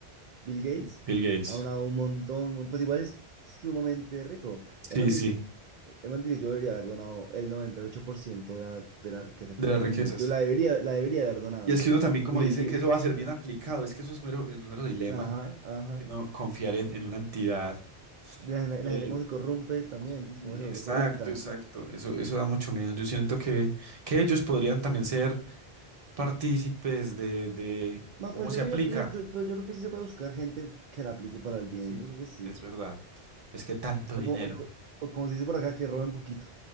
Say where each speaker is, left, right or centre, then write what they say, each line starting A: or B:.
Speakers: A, on the right (about 55°); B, on the right (about 35°).
A: Bill Gates
B: y Bill Gates.
A: ha donado un montón, mon- pues igual es sumamente rico. El
B: Sí,
A: man dice,
B: sí,
A: el man dice, yo debería haber donado el 98% de la, de la riqueza
B: de
A: que yo
B: las
A: tengo.
B: riquezas.
A: Yo la debería, la debería haber donado.
B: Y es que uno también, como
A: Porque
B: dice,
A: yo,
B: que
A: yo- yo-
B: eso
A: es que-
B: va a ser bien aplicado, es que eso es mero, es mero dilema,
A: ajá, ajá.
B: porque no confiar en, en una entidad.
A: La, gente-
B: que-
A: la gente cómo se corrompe también,
B: Ujú,
A: cómo se
B: Exacto,
A: vuelve corrupta.
B: exacto. Eso, eso da mucho miedo. Yo siento que, que ellos podrían también ser partícipes de, de
A: No,
B: cómo
A: pero yo,
B: se
A: creo
B: aplica.
A: yo, pero yo, yo- pero yo creo que sí se puede buscar gente que la aplique para el bien,
B: Sí,
A: yo creo que sí.
B: es verdad. Es que tanto dinero.
A: O como, o co- o como se dice por acá, que roben poquito.